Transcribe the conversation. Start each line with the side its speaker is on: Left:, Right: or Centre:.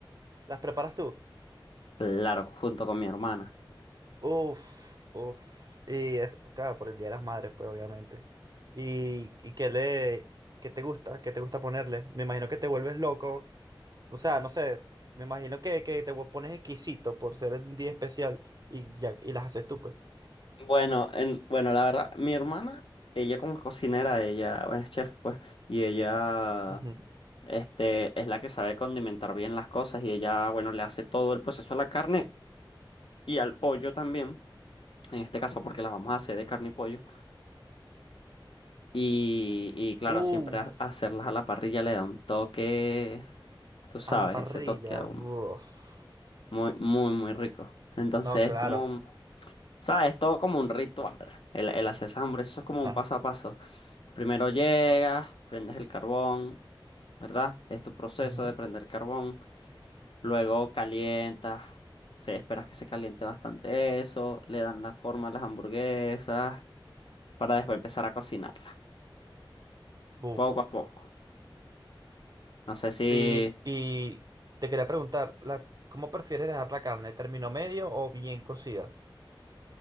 Right: ¿Las preparas tú?
Left: Claro, junto con mi hermana.
Right: Uf, uf. Y es, claro, por el Día de las Madres, pues, obviamente. ¿Y, y qué le, qué te gusta? ¿Qué te gusta ponerle? Me imagino que te vuelves loco. O sea, no sé. Me imagino que, que te pones exquisito por ser un día especial y, ya, y las haces tú, pues.
Left: Bueno, en- bueno, la verdad, mi hermana, ella como es cocinera, ella, bueno, es chef, pues, y ella,
Right: Ujú.
Left: este, es la que sabe condimentar bien las cosas y ella, bueno, le hace todo el proceso a la carne y al pollo también. en este caso porque las vamos a hacer de carne y pollo. Y, y claro,
Right: Uf,
Left: siempre ha- hacerlas a la parrilla le da un toque, tú sabes,
Right: a la parrilla.
Left: ese toque aún
Right: Uf.
Left: muy, muy, muy rico. Entonces
Right: No, claro.
Left: es como, ¿sabes? Todo como un ritual. El, el hacer esas hamburguesas, eso es como
Right: <laughs> Ajá.
Left: un paso a paso. Primero llegas, prendes el carbón, ¿verdad? Es tu proceso
Right: Ujú.
Left: de prender carbón. Luego calientas. Se, esperas que se caliente bastante eso, le dan la forma a las hamburguesas para después empezar a cocinarlas.
Right: Uf.
Left: Poco a poco. No sé si...
Right: Y, y te quería preguntar, la, ¿cómo prefieres dejar la carne? ¿Término medio o bien cocida?